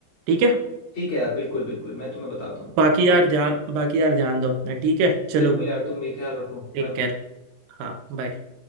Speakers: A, on the right (about 75°); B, on the left (about 35°).
A: ठीक है
B: ठीक है यार बिल्कुल बिल्कुल मैं तुम्हें बताता हूँ
A: बाकी
B: तो
A: यार ध्यान बाकी यार ध्यान दो अपना ठीक है चलो
B: बिल्कुल यार तुम भी ख्याल रखो
A: टेक
B: बाय
A: केयर हाँ bye।